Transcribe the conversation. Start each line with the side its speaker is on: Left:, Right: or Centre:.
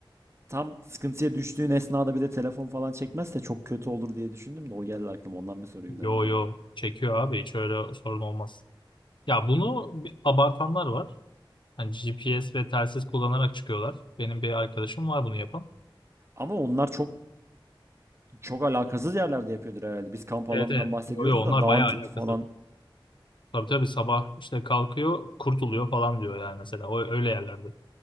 Right: tam sıkıntıya düştüğün esnada bir de telefon falan çekmezse çok kötü olur diye düşündüm de o geldi aklıma ondan bir sorayım
Left: Yo
Right: dedim
Left: yo
Right: ya.
Left: çekiyor abi hiç öyle sorun olmaz. Ya bunu bir abartanlar var. Hani GPS ve telsiz kullanarak çıkıyorlar. Benim bir arkadaşım var bunu yapan.
Right: Ama onlar çok Çok alakasız yerlerde yapıyordur herhalde. Biz kamp
Left: Evet
Right: alanından
Left: evet.
Right: bahsediyoruz
Left: Yo yo onlar
Right: da dağın
Left: bayağı
Right: t-
Left: alakasız.
Right: falan.
Left: Tabii tabii sabah işte kalkıyor kurtuluyor falan diyor yani mesela. O, öyle yerlerde.